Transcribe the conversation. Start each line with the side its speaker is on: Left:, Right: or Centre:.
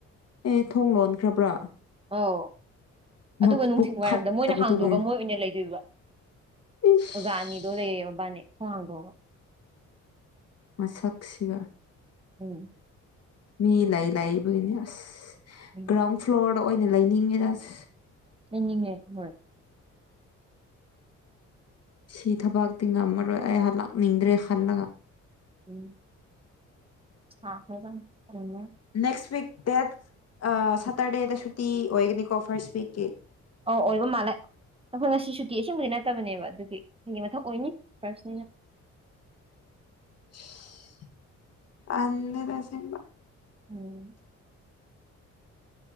Left: ꯑꯦ ꯊꯣꯡ ꯂꯣꯟꯈ꯭ꯔꯕ꯭ꯔꯥ
Right: ꯑꯧ ꯑꯗꯨꯒ
Left: ꯃꯕꯨꯛ
Right: ꯅꯨꯡꯊꯤꯜ ꯋꯥꯏꯔꯝꯗ
Left: ꯐꯠꯇꯕꯗꯨ
Right: ꯃꯣꯏꯅ ꯍꯥꯡꯗꯣꯛꯑꯒ
Left: ꯂꯣꯏꯔꯦ
Right: ꯃꯣꯏ ꯑꯣꯏꯅ ꯂꯩꯗꯣꯏꯕ
Left: ꯏꯁ
Right: ꯑꯣꯖꯥꯅꯤ ꯑꯗꯨꯝ ꯂꯩꯌꯦ ꯃꯕꯥꯅꯤ ꯊꯣꯡ ꯍꯥꯡꯗꯣꯛꯑꯒꯥ
Left: ꯃꯁꯛꯁꯤꯒ
Right: ꯎꯝ
Left: ꯃꯤ ꯂꯩ ꯂꯩꯕꯒꯤꯅꯦ ꯑꯁ
Right: ꯎꯝ
Left: ꯒ꯭ꯔꯥꯎꯟ ꯐ꯭ꯂꯣꯔꯗ ꯑꯣꯏꯅ ꯂꯩꯅꯤꯡꯉꯦꯗ ꯑꯁ
Right: ꯂꯩꯅꯤꯡꯉꯦ ꯍꯣꯏ
Left: ꯁꯤ ꯊꯕꯛꯇꯤ ꯉꯝꯃꯔꯣꯏ ꯑꯩ ꯍꯜꯂꯛꯅꯤꯡꯗ꯭ꯔꯦ ꯈꯜꯂꯒ
Right: ꯎꯝ <unintelligible>
Left: ꯅꯦꯛꯁ ꯋꯤꯛ ꯗꯦꯠ ꯑ ꯁꯇꯔꯗꯦꯗ ꯁꯨꯇꯤ ꯑꯣꯏꯒꯅꯤꯀꯣ ꯐꯥꯔꯁꯠ ꯋꯤꯛꯀꯤ
Right: ꯑꯧ ꯑꯣꯏꯕ ꯃꯥꯜꯂꯦ ꯑꯩꯈꯣꯏ ꯉꯁꯤ ꯁꯨꯇꯤ ꯑꯁꯦꯡꯕꯗꯤ ꯅꯠꯇꯕꯅꯦꯕ ꯑꯗꯨꯒꯤ ꯑꯩꯒꯤ ꯃꯊꯛ ꯑꯣꯏꯅꯤ ꯐꯥꯔꯁꯅꯤꯅ
Left: ꯏꯁ ꯇꯜꯂꯦꯗ ꯑꯁꯦꯡꯕꯥ
Right: ꯎꯝ